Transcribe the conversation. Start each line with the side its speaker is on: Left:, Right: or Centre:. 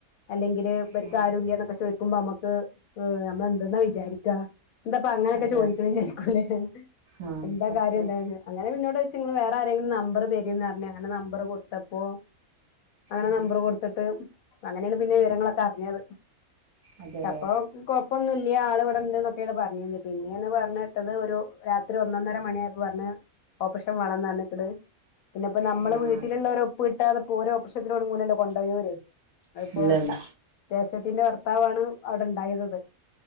Left: അല്ലെങ്കില് ഇവർക്ക്
Right: ആ
Left: ആരു ല്ലേ ന്നെക്കെ ചോ നമ്മക്ക് നമ്മളെന്തെന്നാ വിചാരിക്കാ എന്താപ്പോ അങ്ങനെയൊക്കെ
Right: അതെ
Left: ചോദിക്ക്ണേ
Right: അതെ.
Left: വിചാരിക്കുംല്ലേ
Right: ആ
Left: എന്താ
Right: സത്യം
Left: കാര്യം എന്ത അങ്ങനെ പി ന്നോട് ഇച്ച് ങ്ങ ള് വേറെ ആരെങ്കിലും നമ്പർ ത രീ ന്നറഞ്ഞ് അങ്ങനെ നമ്പർ കൊടുത്തപ്പോ അങ്ങനെ
Right: ആ
Left: നമ്പർ കൊടുത്തിട്ട്- അങ്ങനെയാണ് പിന്നെ വിവരങ്ങളൊക്കെ അറിഞ്ഞത്
Right: അതെല്ലേ
Left: പക്ഷ പ്പോകൊഴപ്പൊന്നുല്ല ഈആൾ ഇവടെണ്ട് ന്നെക്കെയാണ് പറഞ്ഞിന്ന് പിന്നെണ് പറഞ്ഞേട്ടത് ഒരു രാത്രി ഒന്നൊന്നര മണി ആയ പ്പോ പറഞ്ഞഞ് ഓപ്പറേഷൻ വാണ്ണംന്ന് റഞ്ഞ് പിന്നെ പ്പോനമ്മള്
Right: ആ
Left: വീട്ടിലുള്ളൊരെ
Right: ആ
Left: ഒപ്പ് കി കിട്ടാതെ ഓര് ഓപ്പറഷത്തിന് ഒര് ങ്ങു ലല്ലോകൊണ്ടോ യോര് അപ്പം
Right: ഇല്ല ഇല്ല
Left: ജ്യേഷ്ഠത്തിന്റെ ഭർത്താവാണ് അവിടെ ണ്ടായിരുന്നത്‌